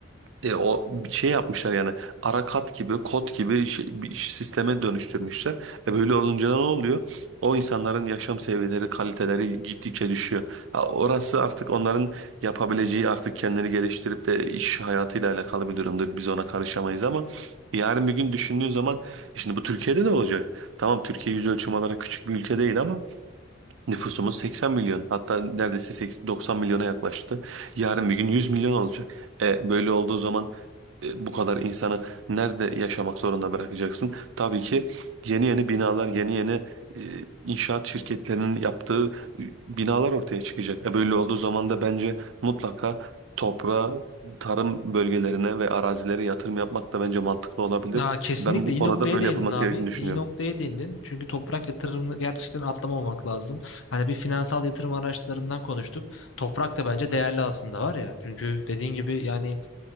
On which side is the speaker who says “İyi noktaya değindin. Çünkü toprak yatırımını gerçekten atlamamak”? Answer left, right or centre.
Left